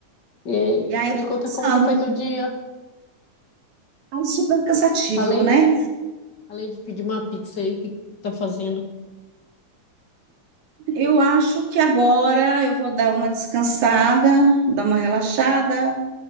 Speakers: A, on the left (about 40°); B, on the right (about 80°).
A: E
B: E aí, eu
A: me
B: tô
A: conta
B: pensando,
A: como é que foi teu dia?
B: é super cansativo,
A: Falei,
B: né?
A: falei de pedir uma pizza aí, o que que tu tá fazendo?
B: Eu acho que agora eu vou dar uma descansada, dar uma relaxada.